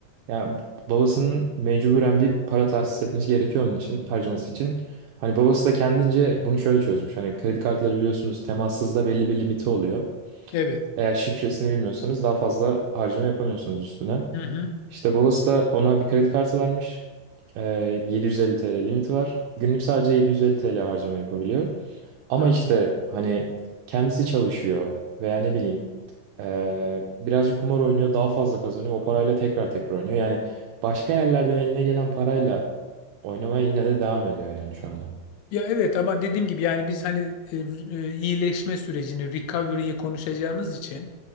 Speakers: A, on the right; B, on the left.
A: ya babasının mecburen bir para tahsis etmesi gerekiyor onun için harcaması için. Hani babası da kendince bunu şöyle çözmüş. Hani kredi kartları biliyorsunuz temassızda belli bir limiti oluyor.
B: Evet.
A: Eğer şifresini bilmiyorsanız daha fazla harcama yapamıyorsunuz üstüne.
B: Hı hı,
A: İşte babası da ona bir kredi kartı vermiş. Ee, 750 TL limiti var. Günlük sadece 750 TL harcama yapabiliyor. Ama
B: anladım.
A: işte hani kendisi çalışıyor veya ne bileyim ee, birazcık kumar oynuyor daha fazla kazanıyor. O parayla tekrar tekrar oynuyor. Yani başka yerlerden eline gelen parayla oynamaya yine de devam ediyor yani şu anda.
B: Ya evet ama dediğim gibi yani biz hani e, e, iyileşme sürecini, recovery'yi konuşacağımız için